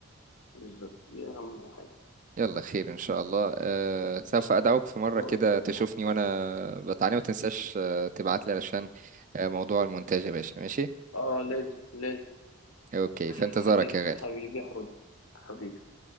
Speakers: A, on the left; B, on the right.
A: بالظبط دي اهم حاجه
B: يلا خير ان شاء الله أه سوف ادعوك في مره
A: ان شاء
B: كده
A: الله
B: تشوفني
A: يا صاحبي
B: وانا بتعلم ما تنساش أه تبعت لي علشان أه موضوع المونتاج يا باشا ماشي
A: اه لازم لازم
B: اوكي
A: حبيبي
B: في انتظارك يا غالي
A: حبيبي يا حوده حبيبي